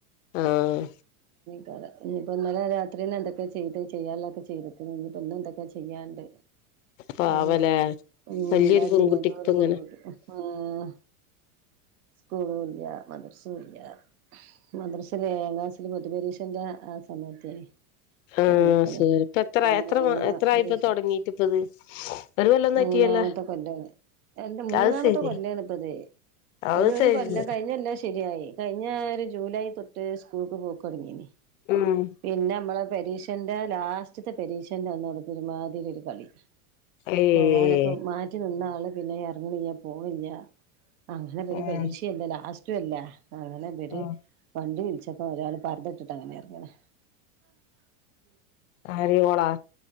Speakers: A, on the left (about 60°); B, on the right (about 80°).
A: ആഹ്
B: ക്കാരം ഇനിയിപ്പോന്നലെ രാത്രി എന്തൊക്കെ ചെയ്ത് ചെയ്യാള്ളൊക്കെ ചെയ്തുന്നു ഇനിയിപ്പോന്നും എന്തൊക്കെ ചെയ്യാണ്ട്
A: പാവല്ലേ
B: അത് ഉം
A: വലിയൊരു
B: എന്താ
A: പെൺകുട്ടിക്ക്
B: ചെയ്യാ നല്ലോരു
A: ഇപ്പ
B: പെൺകുട്ടി
A: ഇങ്ങനെ
B: ആഹ് സ്കൂളും ഇല്ല മദ്രസ ല്ല മദ്രസൽ എഴാം ക്‌ളാസ് പൊതുപരീഷന്റെ ആ സമയത്തെനി
A: ആഹ്
B: തുടങ്ങിയിരിക്കുന്നത്
A: ശരി ഇപ്പ എത്ര
B: അങ്ങനെ
A: എത്ര എത്രായിപ്പ
B: ആ വിദേശ
A: തൊടങ്ങീട്ട് ഇപ്പത് ഒരു കൊല്ലൊന്നും
B: മൂന്നാമത്തെ
A: ആയിട്ടില്ലല്ലോ
B: കൊല്ലാണ് എല്ല മൂന്നാമത്തെ
A: അത് ശരി
B: കൊല്ലാണ് ഇപ്പത്
A: അത്
B: അതിലൊ ഒരു
A: ശരി
B: കൊല്ലം കഴിഞ്ഞൊല്ലം ശരിയായി കഴിഞ്ഞ ഒരു ജൂലൈ തൊ ട്ട് സ്കൂളക്ക് പോക്ക് തുടങ്ങീനീ
A: ഉം
B: പിന്നെ നമ്മളെ പരീക്ഷന്റെ ലാസ്റ്റത്തെ പരീക്ഷന്റെന്നാണ് ഒരുമാതി ഒരു കളി
A: ഏഹ്
B: പോവാനൊക്കെ മാറ്റി നിന്നാ പിന്നെ ഇറങ്ങണില്ല പോണില്ല അങ്ങനെ ഒരു
A: ഉം
B: പരീക്ഷല്ല ലാസ്റ്റും അല്ലേ അങ്ങനെ ഇവര്
A: ഉം
B: വണ്ടി വിളിച്ചപ്പോ ഒരാൾ പർദ്ദ ട്ടിട്ട് അങ്ങനെ ഇറങ്ങണ് <unintelligible>
A: ആര് ഓളോ